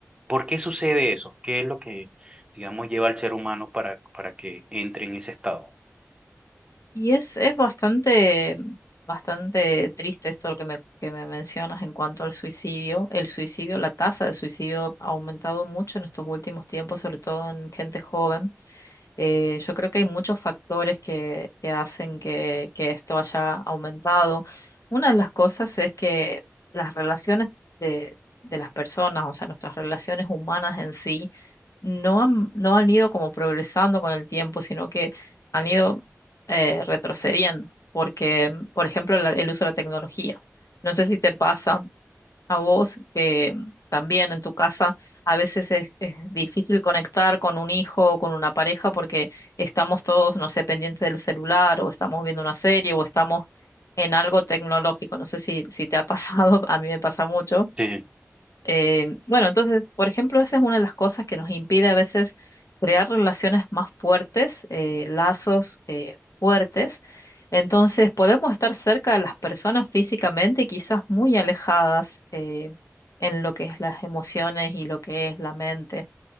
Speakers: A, on the right; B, on the left.
A: ¿Por qué sucede eso? ¿Qué es lo que, digamos, lleva al ser humano para, para que entre en ese estado?
B: Y es, es bastante, bastante triste esto lo que me, que me mencionas en cuanto al suicidio. El suicidio, la tasa de suicidio ha aumentado mucho en estos últimos tiempos, sobre todo en gente joven. Eh, yo creo que hay muchos factores que, que hacen que, que esto haya aumentado. Una de las cosas es que las relaciones de, de las personas, o sea, nuestras relaciones humanas en sí, no han, no han ido como progresando con el tiempo, sino que han ido eh, retrocediendo, porque, por ejemplo, la- el uso de la tecnología. No sé si te pasa a vos, que también en tu casa a veces es, es difícil conectar con un hijo o con una pareja porque estamos todos, no sé, pendientes del celular o estamos viendo una serie o estamos en algo tecnológico. No sé si, si te ha pasado, <laughs> a mí me pasa mucho
A: Sí,
B: eh, bueno, entonces, por ejemplo, esa es una de las cosas que nos impide a veces crear relaciones más fuertes, eh, lazos eh, fuertes. Entonces, podemos estar cerca de las personas físicamente y quizás muy alejadas eh, en lo que es las emociones y lo que es la mente.